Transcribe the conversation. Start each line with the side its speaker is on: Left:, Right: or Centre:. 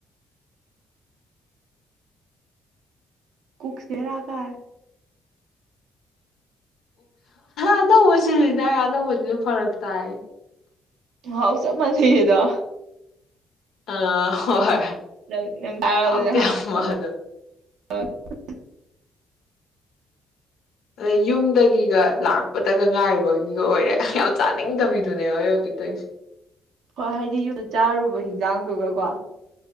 Right: ꯀꯨꯛꯆꯦꯔꯥꯀ
Left: ꯑꯅꯧꯕꯁꯤꯅꯥ ꯑꯅꯧꯕꯁꯤꯁꯨ ꯐꯔꯛ ꯇꯥꯏ
Right: ꯍꯥꯎ ꯆꯅ ꯊꯗ
Left: ꯑ ꯍ ꯍꯣꯏ
Right: ꯥ
Left: ꯍꯥꯎꯇꯦ ꯌꯥꯝ ꯑꯗꯨꯝ ꯑꯗꯩ ꯌꯨꯝꯗꯒꯤꯒ ꯂꯥꯛꯄꯗꯒ ꯉꯥꯏꯕꯒꯤꯒ ꯑꯣꯏꯔꯦ ꯌꯥꯝ ꯆꯥꯅꯤꯡꯗꯃꯤꯗꯨꯅꯦ ꯍꯣꯏ ꯍꯧꯖꯤꯛꯇꯒꯤꯁꯨ
Right: ꯍꯣꯏ ꯍꯥꯏꯗꯤ ꯌꯨꯝꯗ ꯆꯥꯔꯨꯕ ꯍꯤꯟꯖꯥꯡꯗꯨꯒꯀꯣ